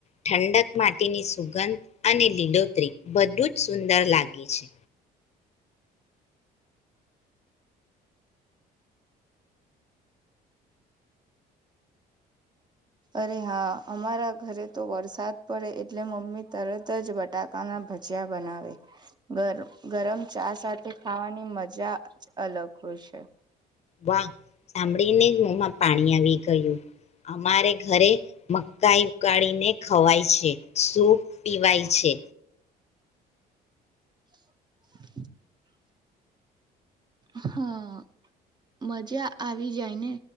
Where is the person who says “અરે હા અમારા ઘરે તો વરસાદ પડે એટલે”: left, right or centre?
Right